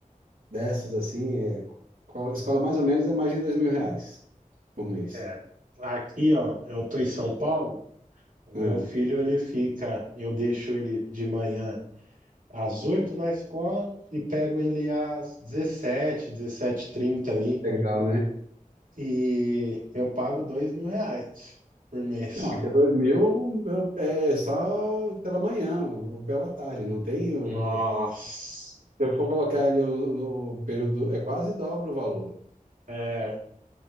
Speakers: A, on the right (about 85°); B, on the right (about 70°).
A: dessas, assim, é, qual- escola mais ou menos é mais de dois mil reais por mês.
B: É. Aqui, ó, eu tô em São Paulo, o meu
A: né?
B: filho ele fica, eu deixo ele de manhã às 8 na escola e pego ele às dezessete dezessete h 30 ali.
A: Legal, né?
B: E eu pago dois mil reais por mês.
A: Não, aqui é 2000 eu- é só pela manhã ou pela tarde, não tem o...
B: Nossa.
A: Se eu for colocar ele o- no período, é quase dobra o valor,
B: É.